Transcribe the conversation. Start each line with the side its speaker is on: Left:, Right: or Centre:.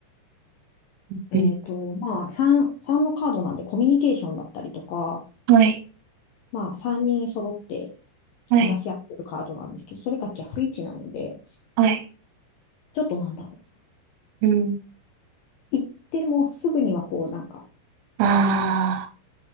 Right: うん
Left: えっと、まあ、3、3のカードなんでコミュニケーションだったりとか、
Right: はい、
Left: まあ、3人揃って
Right: はい、
Left: 話し合ってるカードなんですけど、それが逆位置なので、
Right: はい。
Left: ちょっとなんだろ
Right: うん
Left: う。行ってもすぐにはこう、なんか、
Right: あ